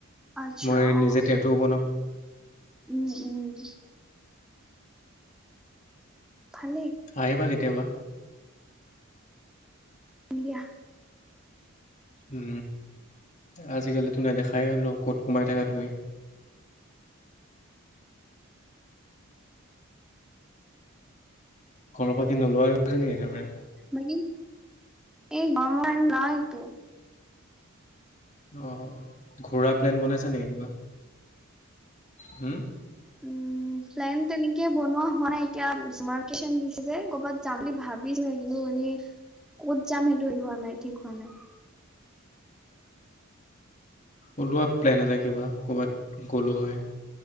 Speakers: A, in the centre; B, on the left.
A: আচ্ছা
B: মই
A: অ
B: নিজে
A: অ
B: টেটোও বনাওঁ <unintelligible>
A: উম উম ভালেই
B: আহিবা কেতিয়াবা
A: দিয়া
B: উ আজিকালিতো নেদেখাই হ'লো ক'ত কমাই থাকা তুমি <unintelligible> <inaudible> ঘৰৰ পাতি নোলোৱা নি একেবাৰে
A: ম এই ব্ৰ নয় তো <unintelligible>
B: অঁ ঘোৰা প্লেন বনাইছা নেকি কিবা হুম?
A: উম প্ৰেলেইন তেনেকি <unintelligible> বনোৱা হোৱাই এতিয়া তমাৰ দিছে যে কৰ'বাত যাম বুলি ভাবিছো কিন্তু এনেই ক'ত যাম সেইটো এই হোৱা নাই ঠিক হোৱা নাই
B: ওলোৱা প্লেন এটা কিবা ক'বাত গ'লো হয়